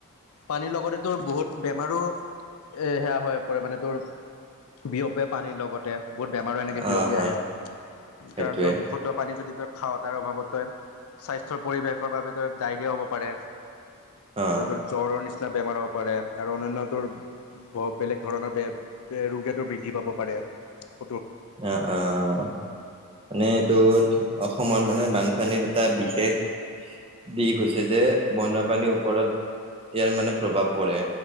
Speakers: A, on the left; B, on the right.
A: পানীৰ লগতে তোৰ বহুত বেমাৰো এ সেয়া হৈ পৰে মানে তোৰ- বিয়পে পানীৰ লগতে। বহুত বেমাৰো এনেকৈ
B: অ
A: বিয়পি
B: হয়
A: আহে
B: সেইটোৱে
A: কাৰণ তোৰ বিশুদ্ধ পানী যদি তই খাৱতাৰ অভাৱত তই স্বাস্থ্যৰ পৰিৱেশৰ বাবে তই ডায়েৰিয়া ও হ'ব পাৰে।
B: অ
A: ত তোৰ জ্বৰৰ নিচি নিচিনা বেমাৰ হ'ব পাৰে আৰু অন্যান্য তোৰ বেলেগ ধৰণৰ বে ৰোগেতো বৃদ্ধি পাব পাৰে। আ এক।
B: অ অ নে তোৰ অসমত মানে বানপানীত এটা বিশেষ দিশ হৈছে যে বন্যপ্ৰাণীৰ ওপৰত ইয়াৰ মানে প্ৰভাৱ পৰে।